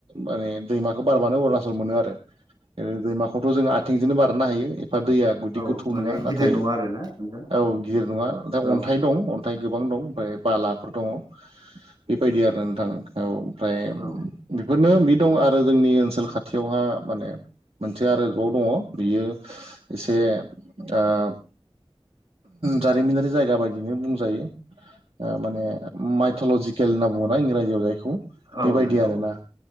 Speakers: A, on the right; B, on the right.
A: माने दैमाखौ बारबानो अरुणाचल मोनो आरो दैमाखौथ' जोङो आथिंजोंनो बारनो हायो एफा दैया बिदि
B: औ
A: गोथौ
B: माने
A: नङा नाथाय
B: गिदिर नङा आरोना नोंथां
A: औ गिदिर नङा नाथाय
B: औ
A: अन्थाइ दं अन्थाइ गोबां दं ओमफ्राय बालाफोर दङ' बेबायदि आरो नोंथां औ ओमफ्राय
B: औ
A: बेफोरनो बि दं आरो जोंनि ओनसोल खाथियावहा माने मोनसे आरोबाव दङ' बियो एसे ओ जारिमिनारि जायगा बायदिनो बुंजायो ओ माने माइथलजिकेल होनना बुङोना इंराजियाव जायखौ
B: औ
A: बेबायदि
B: नंगौ
A: आरोना